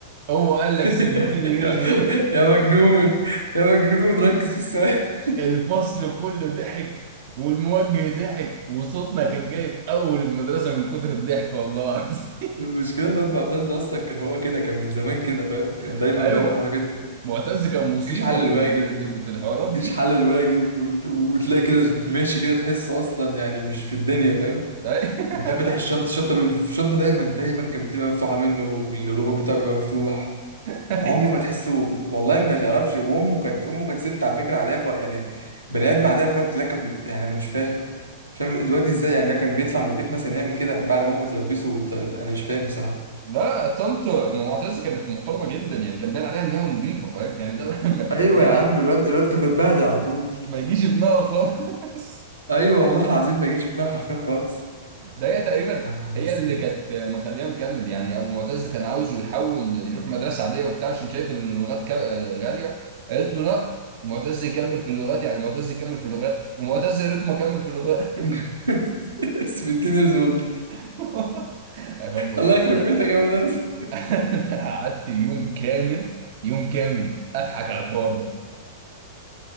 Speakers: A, on the right (about 50°); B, on the right (about 85°).
A: هو قال لك
B: <laughs>
A: 17 years
B: يا
A: old
B: يا مجنون يا مجنون ركز في السؤال
A: الفصل كله ضحك والموجه ضحك وصوتنا كان جاي في اول المدرسه من كتر الضحك والله العظيم
B: المشكلة إن أنا معتز أصلا كان هو كده كان من زمان كده فاهم كان
A: <laughs>
B: دايما
A: ايوه
B: بيعمل حركات كده
A: معتز كان مصيبه
B: مجيش حل
A: في
B: الواجب
A: ال- في
B: و-
A: ال- في الحوارات
B: مجيش
A: دي
B: حل الواجب وال- وتلاقي كده ماشي كده تحسه أصلا يعني مش في الدنيا فاهم
A: أي-
B: وتلاقي فتح الشنطة الشنطة الشنطة دايما دايما كانت بتبقى مفتوحة منه والرباط بتاعه بيبقى مفتوح
A: <laughs>
B: عمره ما تحسه والله ما تعرفش وامه كانت امه كانت ست على فكره عاديه خالص يعني بني ادم عاديه خالص لك يعني انا مش فاهم مش فاهم الواد ازاي يعني ده كان بيطلع من البيت مثلا يعمل كده بعد ما امه تلبسه وت... انا مش فاهم بصراحه
A: لا طنط معتز كانت محترمه جدا يعني كان باين عليها ان هي نظيفه فاهم يعني ده ما
B: ايوه
A: ما يجي-
B: يا عم الواد الواد كان متبهدل على طول
A: ما يجيش ابنها خالص
B: ايوه والله العظيم ما يجيش منها حرفيا خالص
A: ده هي تقريبا
B: يا نهار
A: هي
B: اسود
A: اللي كانت مخليه مكمل يعني ابو معتز كان عاوزه يحول يروح مدرسه عاديه وبتاع عشان شايف ان اللغات كا- غاليه قالت له لا معتز يكمل في اللغات يعني معتز يكمل في اللغات ومعتز يا ريته ما كمل في اللغات
B: <laughs> اسود تينيرز اولد
A: <laughs> أكمل.
B: الله يخرب
A: انا
B: بيتك يا مدرس
A: <laughs> أنا قعدت يوم كامل يوم كامل اضحك على الحوار ده